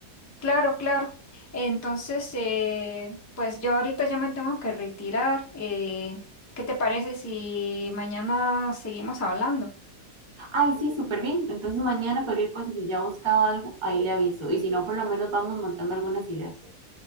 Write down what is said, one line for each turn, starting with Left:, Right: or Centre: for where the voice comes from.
Left: Claro, claro. Entonces, eh, pues yo ahorita ya me tengo que retirar. eh, ¿qué te parece si mañana seguimos hablando?
Right: Ay, sí, súper bien. Entonces, mañana cualquier cosa, si ya he buscado algo, ahí le aviso. Y si no, por lo menos vamos montando algunas ideas.